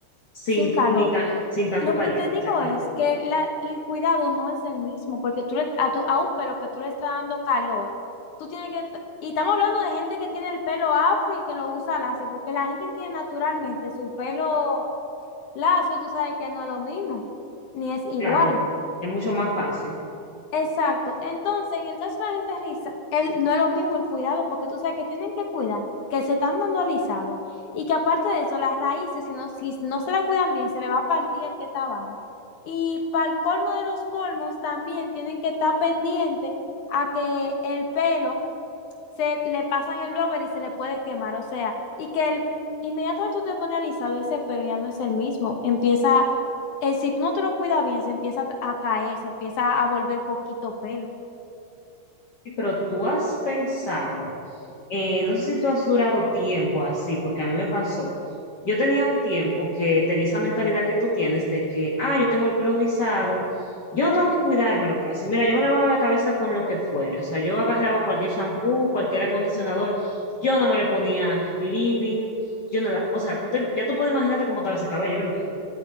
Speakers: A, on the left; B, on the left.
A: sin,
B: sin calor.
A: ni tan- sin tanto
B: Lo
A: caliente,
B: que te digo
A: exactamente.
B: es que la- el cuidado no es el mismo, porque tú le- a, tu, a un pelo que tú le estás dando calor, tú tienes que, y estamos hablando de gente que tiene el pelo afro y que lo usa lacio, porque la gente que tiene naturalmente su pelo lacio, tú sabes que no es lo mismo, ni es igual.
A: Claro, es mucho más fácil.
B: Exacto. Entonces, en el caso de la gente riza, el, no es lo mismo el cuidado, porque tú sabes que tienen que cuidar, que se están dando alisados y que aparte de eso, las raíces, si no, si no se la cuidan bien, se le va a partir el que está abajo. Y para el colmo de los colmos, también tienen que estar pendientes a que el pelo se le pasan el blower y se le puede quemar. O sea, y que el, inmediatamente tú te pones alisado, ese pelo ya no es el mismo. Empieza eh, si tú no te lo cuidas bien, se empieza a a caer, se empieza a volver poquito pelo.
A: Sí, Pero tú has pensado, eh, no sé si tú has durado tiempo así, porque a mí me pasó. Yo tenía un tiempo que tenía esa mentalidad que tú tienes de que, ah, yo tengo el pelo rizado, yo tengo que cuidármelo casi. Mira, yo me lavaba la cabeza con lo que fuera, o sea, yo agarraba cualquier shampoo, cualquier acondicionador, yo no me le ponía living, yo nada, o sea, tú te- ya tú puedes imaginarte cómo estaba ese cabello, ¿verdad?